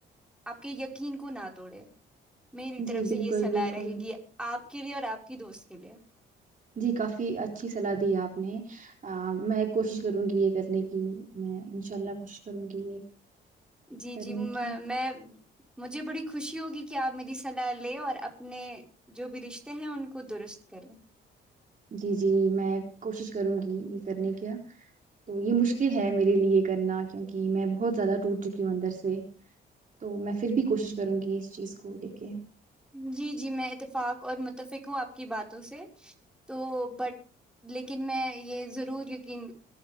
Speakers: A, in the centre; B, on the right.
A: آپ کے یقین کو نہ توڑے میری طرف
B: جی
A: سے
B: بالکل
A: یہ صلاح
B: بالکل
A: رہے گی آپ کے لیے اور آپ کی دوست کے لیے
B: جی کافی اچھی صلاح دی ہے آپ نے میں کوشش کروں گی یہ کرنے کی میں انشاء اللہ کوشش کروں گی یہ
A: جی
B: کرنے
A: جی میں
B: کی
A: مجھے بڑی خوشی ہوگی کیا آپ میری صلاح لیں اور اپنے جو بھی رشتے ہیں ان کو درست کریں
B: جی جی میں کوشش کروں گی یہ کرنے کیا تو یہ مشکل ہے میرے لیے یہ کرنا کیوںکہ میں بہت زیادہ ٹوٹ چکی ہوں اندر سے تو میں پھر بھی کوشش کروں گی اس چیز کو لے کے
A: جی جی میں اتفاق اور متفق ہوں آپ کی باتوں سے تو بٹ لیکن میں یہ ضرور یقین